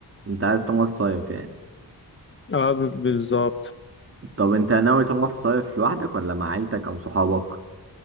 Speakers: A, on the right; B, on the left.
A: انت عايز تروح تصيف يعني
B: آه ب- بالظبط
A: طب انت ناوي تروح تصيف لوحدك ولا مع عيلتك او صحابك